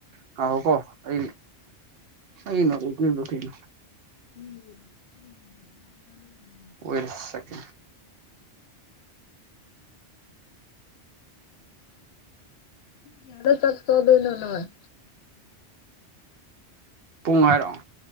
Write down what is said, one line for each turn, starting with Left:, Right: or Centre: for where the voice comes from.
Right: ꯉꯥꯏꯈꫭ ꯀꯣ ꯑꯩ ꯏꯩꯅ ꯎꯠꯄꯤꯕ꯭ꯔ ꯀꯩꯅꫭ
Left: <inaudible>
Right: ꯋꯦꯠ ꯑꯦ ꯁꯦꯀꯦꯟ
Left: ꯀꯌꯥꯗ ꯆꯥꯛ ꯆꯥꯗꫭꯏꯅꯣ ꯅꫭꯏ
Right: ꯄꯨꯡ ꯍꯥꯏꯔꫭ